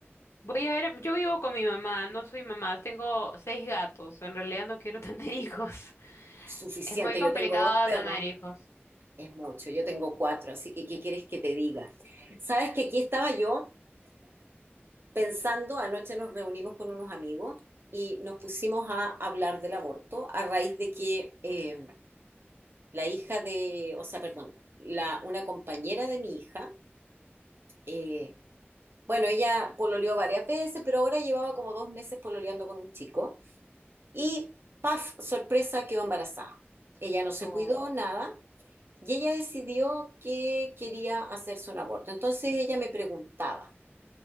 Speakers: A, on the left (about 85°); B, on the right (about 60°).
A: Voy a ver, yo vivo con mi mamá, no soy mamá, tengo seis gatos, en realidad no quiero tener <laughs> hijos.
B: Suficiente,
A: Es muy complicado
B: yo tengo dos perros,
A: tener hijos.
B: es mucho, yo tengo cuatro, así que ¿qué quieres que te diga? Sabes que aquí estaba yo pensando, anoche nos reunimos con unos amigos y nos pusimos a hablar del aborto a raíz de que eh, la hija de, o sea, perdón, la, una compañera de mi hija, eh, Bueno, ella pololeó varias veces, pero ahora llevaba como dos meses pololeando con un chico. Y, paf, sorpresa, quedó embarazada. Ella no se
A: Oh,
B: cuidó, nada. Y ella decidió que quería hacerse un aborto. Entonces ella me preguntaba,